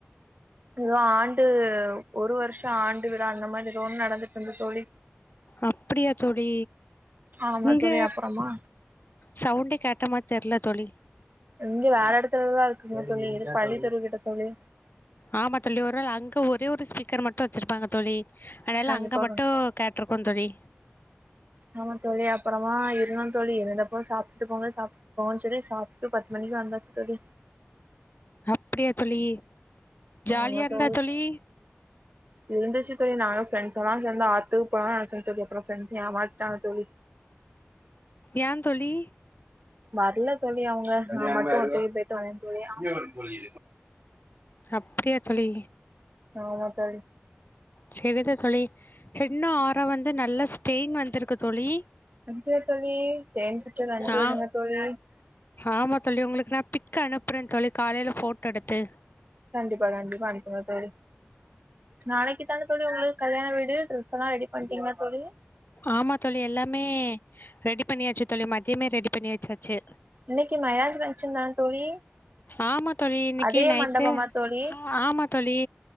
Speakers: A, on the right (about 45°); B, on the left (about 50°).
A: ஏதோ ஆண்டு ஒரு வருஷோ ஆண்டு விழா அந்த மாரி ஏதோ ஒண்ணு நடந்துட்டு இருந்து தோழி
B: அப்டியா தோழி
A: ஆமா
B: இங்க
A: தோழி அப்புறமா
B: சவுண்டே கேட்ட மாரி தெர்ல தோழி
A: இங்க வேற எடத்துலதா இருக்குங்க தோழி பள்ளித்தெரு கிட்ட தோழி
B: ஆமா தோழி ஒரு வேள அங்க ஒரே ஒரு ஸ்பீக்கர் மட்டூ வச்சிருப்பாங்க தோழி அனால
A: கண்டிப்பாக
B: அங்க மட்டூ கேட்ருக்கு தோழி
A: ஆமா தோழி அப்புறமா இருதோ தோழி இருந்தப்போ சாப்ட்டு போங்க சாப் ட்டு போங்க சொல்லி சாப்டு பத்து மணிக்கி வந்தாச் தோழி
B: அப்டியா தோழி ஜாலியா
A: ஆமா
B: இருந்தா
A: தோழி
B: <inaudible>
A: இருந்துச்சு தோழி நாங்க ஃப்ரெண்ட்ஸல்லா சேந்து ஆத்துகு போலா நெனச்சோ தோழி அப்புறோ ஃப்ரெண்ட்ஸ் ஏமாத்திடாங்க தோழி
B: ஏ தோழி
A: வர்ல தோழி அவுங்க நா மட்டு அப்டி போய்ட்டு வந்தே தோழி
B: அப்டியா தோழி
A: ஆமா தோழி
B: செரிதா தோழி ஹென்னா ஆறா வந்து நல்ல ஸ்டெய்ன் வந்துருக்கு தோழி
A: ப்போத்தோழி ஸ்டெய்ன் பிச்சர் அனுப்பி
B: ஆ
A: உடுங்க தோழி
B: ஆமா தோழி உங்களுக்கு நா பிக் அனுப்புறே தோழி காலைல ஃபோட்டோ எடுத்து
A: கண்டிப்பா கண்டிப்பா அனுப்புங்க தோழி நாளைக்கி தானே தோழி உங்களுக்கு கல்யாண வீடு ட்ரெஸ்ஸல்லா ரெடி பண்ணிட்டீங்ளா தோழி
B: ஆமா தோழி எல்லாமே ரெடி பண்ணியாச்சு தோழி மத்யமே ரெடி பண்ணி வச்சாச்சு
A: இன்னக்கி மருதாணி ஃபங்சன்தான தோழி
B: ஆமா தோழி இன்னக்கி
A: அதே
B: நைட்டு
A: மண்டபமா தோழி
B: ஆமா தோழி